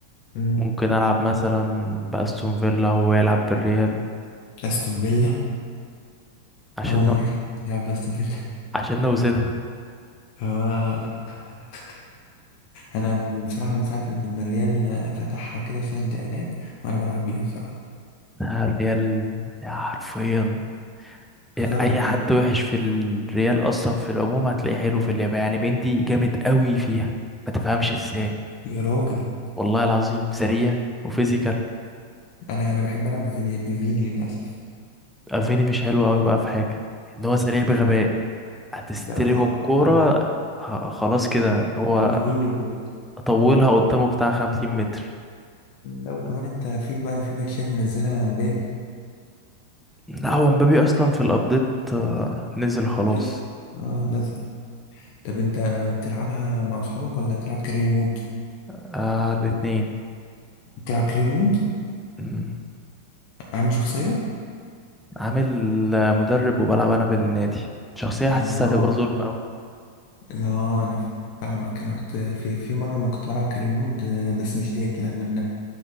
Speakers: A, on the left; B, in the centre.
A: مم،
B: ممكن العب مثلا باستون فيلا هو يلعب بالريال
A: أستون فيلا
B: عشان
A: أول
B: نو...
A: مرة بتلعب بأستون فيلا
B: عشان نوزنها
A: آه <laughs> أنا بصراحة من ساعة ما الريال فتحها كده سوق انتقالات وأنا بلعب بيها بصراحة
B: <laughs> الريال يا حرفيا
A: خرب
B: اي
A: الدنيا
B: حد وحش في الريال اصلا في العموم هتلاقيه حلو في اللعبه يعني بندي جامد قوي فيها ما تفهمش ازاي
A: يا راجل
B: والله العظيم سريع وفيزيكال
A: انا انا بحب العب بفيني بفيني للاسف
B: افيني مش حلو قوي بقى في حاجه ان هو سريع
A: ليه؟
B: بغباء هتستلم
A: لا بقى
B: الكوره
A: اه
B: ه- خلاص كده هو
A: مش جون للجون
B: طولها قدامه بتاع 50 متر
A: لا وكمان انت في بقى في باتشات منزلها مبابي
B: لا هو مبابي اصلا في الابديت آه، نزل خلاص
A: ناسي اه نزل طب انت بتلعبها مع اصحابك ولا بتلعب كارير مود
B: آه الاتنين
A: بتلعب كارير مود
B: مم.
A: عامل شخصية
B: عامل آه، مدرب وبلعب انا بالنادي شخصيه حاسسها
A: اه
B: هتبقى ظلم
A: لا انا فاهمك انا كنت في في مرة ما كنت بلعب كارير مود آه، بس مش ديت لا قبل منها